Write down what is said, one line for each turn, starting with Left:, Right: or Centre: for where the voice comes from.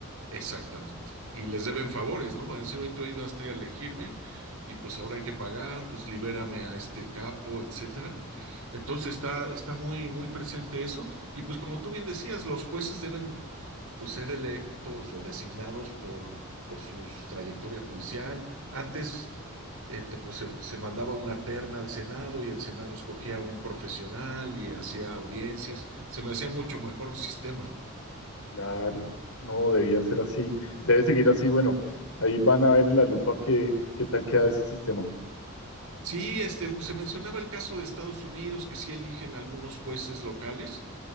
Right: Exactamente. Y les deben favores, ¿no? Van a decir, hoy tú ayudaste a elegirme y pues ahora hay que pagar, pues libérame a este capo, etcétera. Entonces está, está muy, muy presente eso. Y pues como tú bien decías, los jueces deben pues ser electos o designados por, por su trayectoria judicial. Antes, este, pues se, se mandaba una terna al Senado y el Senado escogía a un profesional y hacía audiencias. Se me hacía mucho mejor sistema, ¿no?
Left: Claro, no, debía ser así. Debe seguir así. Bueno, ahí van a ver en la lupa qué, qué tal queda ese sistema.
Right: Sí, este, pues, se mencionaba el caso de Estados Unidos, que sí eligen algunos jueces locales,